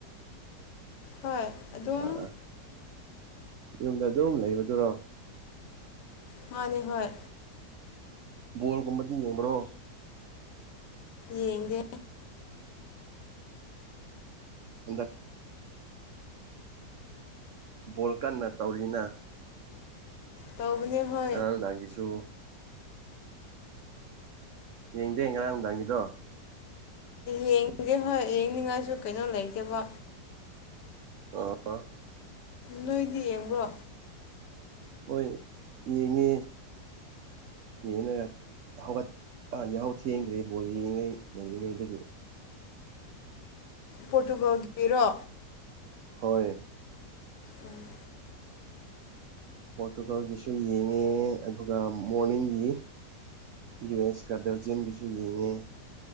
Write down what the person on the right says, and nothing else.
ꯑꯥ ꯌꯨꯝꯗ ꯑꯗꯨꯝ ꯂꯩꯕꯗꯨꯔꯣ
ꯕꯣꯜ ꯒꯨꯝꯕꯗꯤ ꯌꯦꯡꯕ꯭ꯔꯣ
ꯍꯟꯗꯛ ꯕꯣꯜ ꯀꯟꯅ ꯇꯧꯔꯤꯅ
ꯉꯔꯥꯡ ꯅꯨꯡꯗꯥꯡꯒꯤꯁꯨ ꯌꯦꯡꯖꯦ ꯉꯔꯥꯡ ꯅꯨꯡꯗꯥꯡꯒꯤꯗꯣ
ꯑ
ꯍꯣꯏ ꯌꯦꯡꯉꯦ ꯌꯦꯡꯅꯒ ꯍꯧꯒꯠꯄ ꯌꯥꯍꯧ ꯊꯦꯡꯈ꯭ꯔꯦ ꯕꯣꯜ ꯌꯦꯡꯅꯉꯩ ꯂꯩꯔꯤꯉꯩꯗꯒꯤ
ꯍꯣꯏ
ꯄꯣꯔꯇꯨꯒꯜꯒꯤꯁꯨ ꯌꯦꯡꯉꯦ ꯑꯗꯨꯒ ꯃꯣꯔꯅꯤꯡꯒꯤ ꯌꯨ ꯑꯦꯁ ꯀ ꯕꯦꯜꯖꯤꯟ ꯒꯁꯨ ꯌꯦꯡꯉꯦ